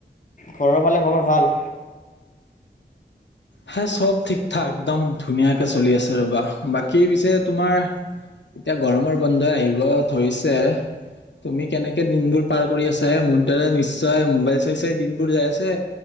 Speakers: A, on the left; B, on the left.
A: ঘৰৰ ফালে খবৰ ভাল?
B: হে চব ঠিক ঠাক একদম ধুনীয়াকে চলি আছে ৰ'বা। বাকী পিছে তোমাৰ এতিয়া গৰমৰ বন্ধই আহিব ধৰিছে, তুমি কেনেকে দিনবোৰ পাৰ কৰি আছা মোৰ দৰে নিশ্চয় মোবাইল চাইছে দিনবোৰ যাই আছে